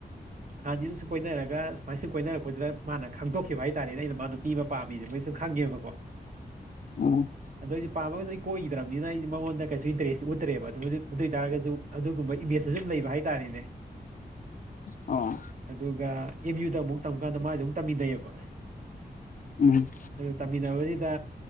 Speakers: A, on the right; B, on the left.
A: ꯍꯥꯟꯗꯤꯅ ꯁꯨꯝ ꯀꯣꯏꯅꯔꯒ ꯁꯨꯃꯥꯏ ꯁꯨꯝ ꯀꯣꯏꯅꯔꯛꯄꯗꯨꯗ꯫ ꯃꯥꯅ ꯈꯪꯗꯣꯛꯈꯤꯕ ꯍꯥꯏꯇꯥꯔꯦꯅꯦ ꯑꯩꯅ ꯃꯥ ꯅꯨꯄꯤ ꯑꯃꯥ ꯄꯥꯝꯃꯤꯁꯦ ꯃꯣꯏ ꯁꯨꯝ ꯈꯪꯉꯦꯕꯀꯣ꯫
B: ꯎꯝ꯫
A: ꯑꯗ ꯑꯩꯁꯨ ꯄꯥꯝꯃꯒꯗ ꯑꯩ ꯀꯣꯏꯈꯤꯗ꯭ꯔꯕꯅꯤꯅ ꯑꯩꯗꯤ ꯃꯉꯣꯟꯗ ꯀꯩꯁꯨ ꯏꯟꯇꯔꯦꯁꯇ ꯎꯠꯇ꯭ꯔꯦꯕ ꯑꯗꯨ ꯑꯗꯨ ꯑꯣꯏꯇꯥꯥꯔꯒꯁꯨ꯫ ꯑꯗꯨꯒꯨꯝꯕ ꯏꯃꯦꯖꯇ ꯑꯗꯨꯨꯝ ꯂꯩꯕ ꯍꯥꯏꯇꯥꯔꯦꯅꯦ꯫
B: ꯑꯣ꯫
A: ꯑꯗꯨꯒ ꯑꯦꯝ ꯌꯨꯗ ꯑꯃꯨꯛ ꯇꯝꯀꯥꯟꯗ ꯃꯥꯥꯏꯁꯨ ꯑꯃꯨꯛ ꯇꯝꯃꯤꯟꯅꯩꯌꯦꯕ꯫
B: ꯎꯝ꯫
A: ꯑꯗꯨ ꯇꯝꯃꯤꯟꯅꯕꯁꯤꯗ